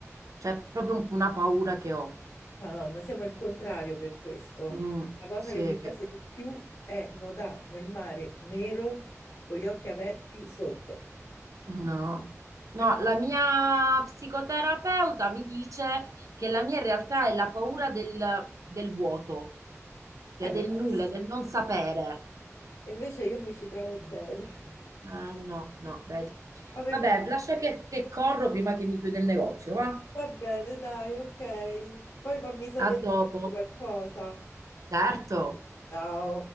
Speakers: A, on the right; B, on the left.
A: Cioè, è proprio un- una paura che ho.
B: Madonna, siamo il contrario per questo.
A: Mm,
B: La cosa
A: sì,
B: che mi piace di più è nuotare nel mare nero con gli occhi aperti sotto.
A: no. No,
B: Eh,
A: la mia psicoterapeuta mi dice che la mia in realtà è la paura del, del vuoto, cioè
B: può
A: del nulla,
B: essere.
A: del non sapere.
B: E invece io mi ci trovo bene.
A: Ah, no, no, vedi.
B: <laughs> A me
A: Vabbè,
B: mi
A: lascia che, che corro prima che mi chiude il negozio, va?
B: va bene, dai, ok. Poi fammi sapere
A: A dopo.
B: se hai qualcosa.
A: Certo.
B: Ciao.